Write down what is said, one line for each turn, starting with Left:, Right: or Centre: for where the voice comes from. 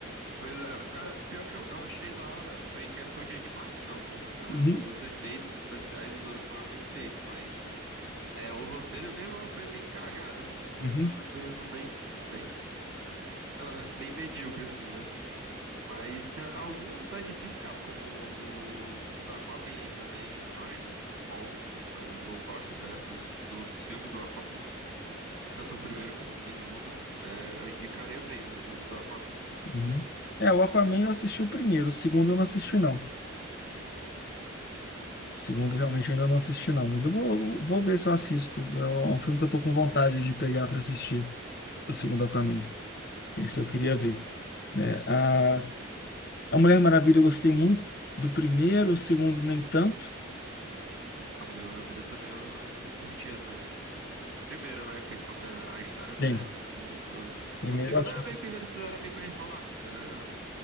Right: Pois é, cara, pior que eu, eu achei da hora foi em questão de animação, né? A,
Left: Uhum,
Right: os efeitos especiais eles foram foram bem feitos, mas é, o roteiro mesmo foi bem cagado, assim, foi
Left: uhum,
Right: um filme mesmo bem, bem, ah, bem medíocre, assim, né? Mas tem alguns da DC escapam, como o, o da Aquaman também, eu acho bom. Eu, eu gosto até dos, dos filmes do Aquaman, tanto o primeiro como o segundo. É, eu indicaria bem o, o do Aquaman.
Left: uhum. É, o Aquaman eu assisti o primeiro, o segundo eu não assisti, não. O segundo, realmente, eu ainda não assisti, não. Mas eu vou, vou ver se eu assisto. É um é um filme que eu tô com vontade de pegar para assistir. O segundo Aquaman. Esse eu queria ver. né? A, a Mulher Maravilha eu gostei muito do primeiro, o segundo nem tanto.
Right: A Mulher Maravilha também eu, eu curti até. Primeiro, né, que conta a história dela
Left: Sim,
Right: também e tudo.
Left: primeiro
Right: O segundo
Left: eu acho.
Right: é meio que eles fizeram meio que uma enrolação.